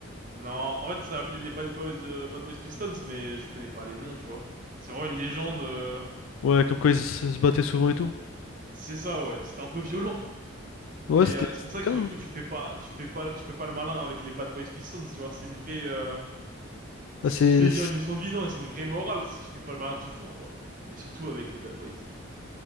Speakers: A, on the right (about 40°); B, on the left (about 75°).
A: Non, en fait, ça s'appelait les Bad Boys, euh, Bad Boys Pistons, mais je connais pas les noms, tu vois. C'est vraiment une légende. euh,
B: Ouais, comme quoi ils se se battaient souvent et tout.
A: C'est ça, ouais. C'était un peu violent.
B: Ouais,
A: Et
B: c'était
A: euh, c'est
B: c'était
A: pour ça
B: le cas.
A: que du
B: hein.
A: coup, tu fais pas, tu fais pas, tu fais pas le malin avec les Bad Boys Pistons, tu vois. C'est une vraie, euh... c'est-
B: Bah, c'est.
A: je vais dire une leçon de vie, non, c'est une vraie morale si tu fais pas le malin toujours, quoi. Et surtout avec les Bad Boys.